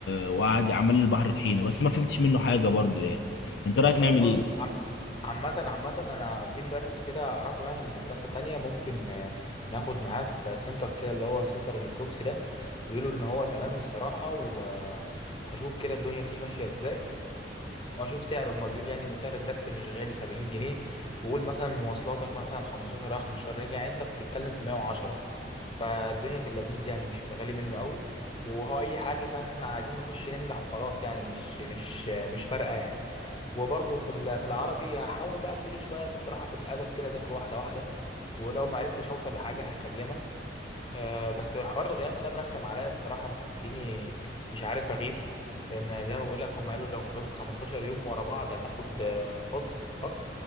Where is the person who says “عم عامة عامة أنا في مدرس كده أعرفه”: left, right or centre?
Left